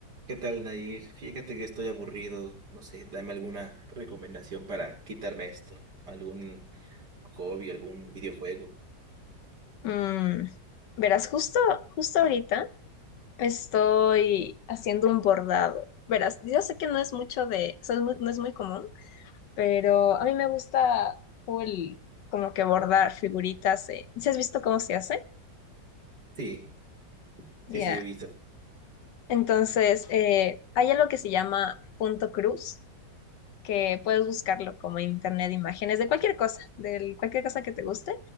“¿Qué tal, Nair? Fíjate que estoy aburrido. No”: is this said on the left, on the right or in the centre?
Right